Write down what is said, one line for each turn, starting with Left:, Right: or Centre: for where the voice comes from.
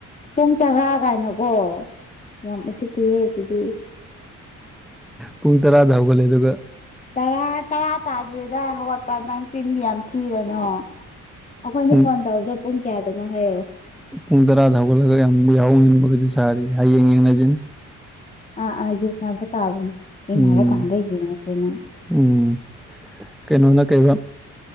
Left: ꯄꯨꯡ ꯇꯔꯥ ꯀꯥꯏꯅꯀꯣ ꯌꯥꯝ ꯎꯁꯤꯠꯇꯤꯌꯦ ꯁꯤꯗꯤ
Centre: ꯄꯨꯡ ꯇꯔꯥꯗ ꯍꯧꯒꯠꯂꯦ ꯑꯗꯨꯒ
Left: ꯇꯔꯥ ꯇꯔꯥ ꯇꯥꯗ꯭ꯔꯤꯗ ꯍꯧꯒꯠꯄ ꯅꯪ ꯆꯤꯟꯗꯤ ꯌꯥꯝ ꯊꯤꯔꯅꯣ ꯑꯩꯈꯣꯏꯅꯤ
Centre: ꯄꯨꯡ
Left: ꯐꯣꯟ ꯇꯧꯕꯗꯣ ꯄꯨꯡ ꯀꯌꯥꯗꯅꯣ ꯍꯥꯏꯔꯛꯑꯣ
Centre: ꯄꯨꯡ ꯇꯔꯥꯗ ꯍꯧꯒꯠꯂꯒ ꯌꯥꯝ ꯌꯥꯍꯧꯉꯟꯕꯒꯁꯨ ꯁꯥꯔꯤꯌꯦ ꯍꯌꯦꯡ ꯌꯦꯡꯅꯁꯤꯅꯦ
Left: ꯑꯥ ꯑꯥ ꯌꯦꯡꯅꯕ ꯇꯥꯕꯅꯦ ꯌꯦꯡꯅꯔ
Centre: ꯎꯝ
Left: ꯀꯥꯟꯗ ꯌꯦꯡꯉꯁꯦ ꯅꯪ
Centre: ꯎꯝ ꯀꯩꯅꯣꯅ ꯀꯩꯕ